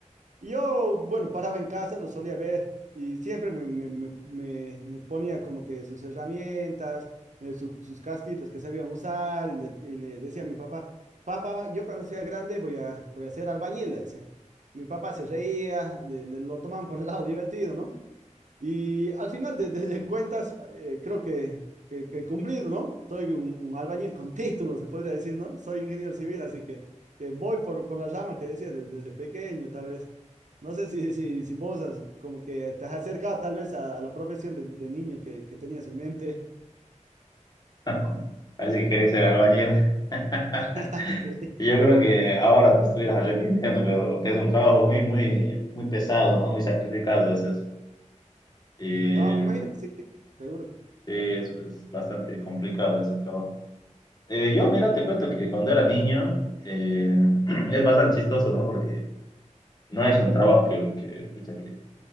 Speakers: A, on the right; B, on the left.
A: Y yo, bueno, paraba en casa, los solía ver y siempre me, me- me- me- me ponía como que sus herramientas, eh, sus, sus casquitos que sabían usar y le, y le decía a mi papá, papá, yo cuando sea grande voy a, voy a ser albañil, le decía. Mi papá se reía, le- le- lo tomaban por el lado <laughs> divertido, ¿no? Y al final de, de- de cuentas, eh, creo que, que, que he cumplido, ¿no? Soy un, un albañil con <laughs> título, se podría decir, ¿no? Soy ingeniero civil, así que, que voy por, por la rama que decía de- desde pequeño, tal vez. No sé si, si, si vos has- como que te has acercado tal vez a, a la profesión de, de niño que, que tenías en mente.
B: <laughs> Así quería ser albañil. <laughs>
A: <laughs> Sí.
B: Yo creo que ahora te estuvieras arrepintiendo, pero que es un trabajo muy, muy, muy pesado, ¿no? Muy sacrificado es eso. Y sí,
A: No, me imagino que sí, sí, seguro.
B: es, es bastante complicado ese trabajo. Eh, yo, mira, te cuento que cuando era niño eh, <clears throat> es bastante chistoso, ¿no? Porque no es un trabajo que, que, pucha, que,